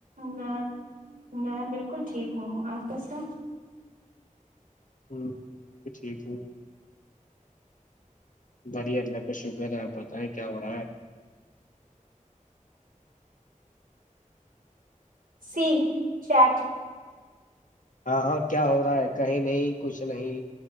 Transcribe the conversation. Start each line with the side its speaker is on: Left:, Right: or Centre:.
Right: میں میں بالکل ٹھیک ہوں آپ کیسے
Left: ہ میں بھی ٹھیک ہوں بڑیا ل شکر پت ہے کیا ہو رہا ہے
Right: سی چیٹ
Left: ہاں ہاں کیا ہو رہا ہے کہیں نہیں کچھ نہیں